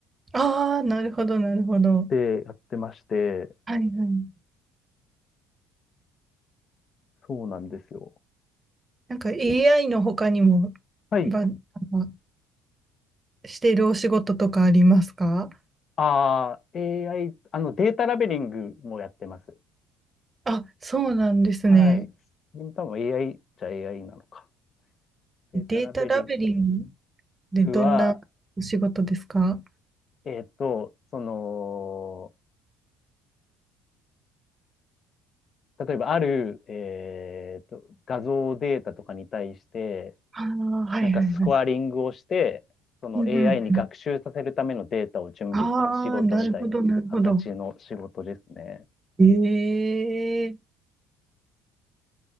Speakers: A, on the right (about 25°); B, on the left (about 45°).
A: ああー、なるほど、なるほど。
B: でやってまして、
A: はいはい。
B: そうなんですよ。
A: なんか AI の他にも、
B: はい。
A: ば、なんかしてるお仕事とかありますか
B: ああ、AI、あの、データラベリングもやってます。
A: あ、そうなんですね。
B: はい。これも多分 AI じゃ AI なのか。データラベリン
A: データラベリングでどんなお仕事ですか
B: グは、えっと、その、例えばある、えーと、画像データとかに対して、
A: ああー、はいはいはい。
B: なんかスコアリングをして、その
A: うんうんうん。
B: AI に学習させるためのデータを準備する仕事みたいな形の仕事ですね。
A: ああ、なるほど、なるほど。ええ、